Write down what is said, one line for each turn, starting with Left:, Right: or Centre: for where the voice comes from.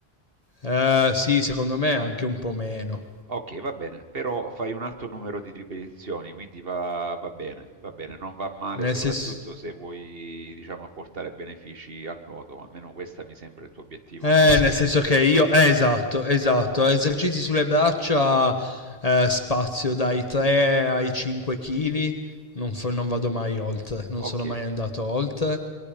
Left: Eh, sì, secondo me anche un po' meno.
Right: Okay, va bene, però fai un alto numero di ripetizioni, quindi va va bene, va bene, non va male
Left: Nel
Right: soprattutto
Left: senso,
Right: se vuoi, diciamo, apportare benefici al nuoto, almeno questa mi sembra il tuo obiettivo,
Left: Eh,
Right: no?
Left: nel senso che io, eh, esatto, esatto, esercizi sulle braccia, eh, spazio dai 3 ai 5 kg, non, fo- non vado mai oltre, non sono
Right: Okay,
Left: mai andato oltre.